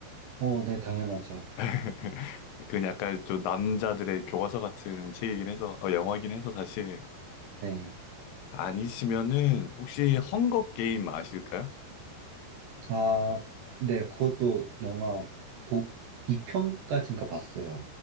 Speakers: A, on the right; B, on the left.
A: 어, 네, 당연하죠.
B: <laughs> 그 약간 좀 남자들의 교과서 같은 책이긴 해서, 어, 영화긴 해서 사실.
A: 네.
B: 아니시면은 혹시 헝거 게임 아실까요?
A: 아, 네, 그것도 영화 보, 2편까지인가 봤어요.